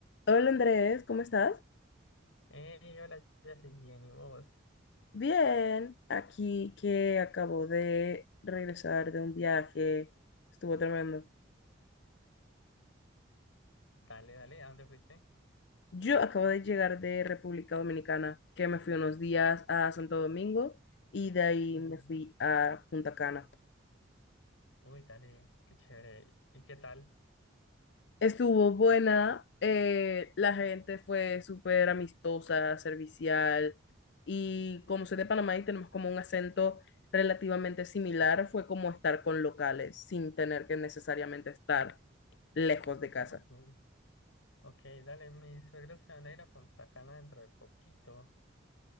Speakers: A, on the left; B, on the left.
A: Hola Andrés, ¿cómo estás?
B: Hey, hola, Jessy, bien, ¿y vos?
A: Bien, aquí que acabo de regresar de un viaje, estuvo tremendo.
B: Dale, dale, ¿a dónde fuiste?
A: Yo acabo de llegar de República Dominicana, que me fui unos días a Santo Domingo y de ahí
B: Ujú.
A: me fui a Punta Cana.
B: Uy, dale, qué chévere. ¿Y qué tal?
A: Estuvo buena, eh, la gente fue súper amistosa, servicial y como soy de Panamá y tenemos como un acento relativamente similar, fue como estar con locales sin tener que necesariamente estar lejos de casa.
B: Ok, ok, dale, mis suegros se van a ir a Punta Cana dentro de poquito.